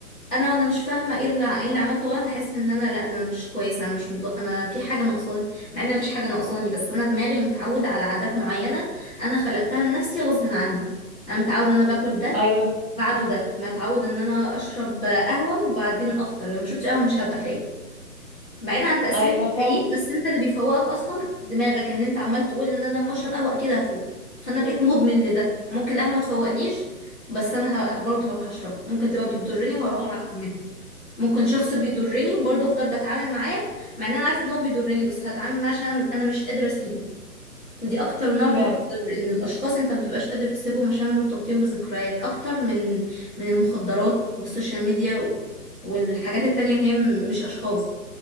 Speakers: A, in the centre; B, on the right.
A: انا وانا مش فاهمه ايه اللي ايه اللي عملته غلط هحس ان انا لا إن انا مش كويسه انا مش مض... انا في حاجه ناقصاني مع ان مفيش حاجه ناقصاني بس انا دماغي متعوده على عادات معينه انا خلقتها لنفسي غصب عني انا متعود ان انا باكل ده
B: ايوه
A: وبعده ده متعود ان انا اشرب قهوه وبعدين افطر لو ما شربتش قهوه مش هبقى فايق بعيدا عن تاثير
B: ايوه
A: الكافيين
B: فعلا
A: بس انت اللي بيفوقك اصلا دماغك ان انت عمال تقول ان انا لما اشرب قهوه اكيد هفوق فانا بقيت مدمن لده ممكن القهوه ما تفوقنيش بس انا ه... برضه هروح اشربها ممكن تبقى بتضرني وهروح
B: ايوه
A: اعملها ممكن شخص بيضرني وبرضه افضل بتعامل معاه مع ان انا عارفه ان هو بيضرني بس هتعامل معاه عشان انا أنا مش قادره اسيبه ودي اكتر نوع بيبقى
B: فعلا
A: مضر ان الاشخاص انت ما بتبقاش قادر تسيبهم عشان مرتبطين بذكريات اكتر من من المخدرات والسوشيال ميديا و- والحاجات التانية اللي هي م- مش اشخاص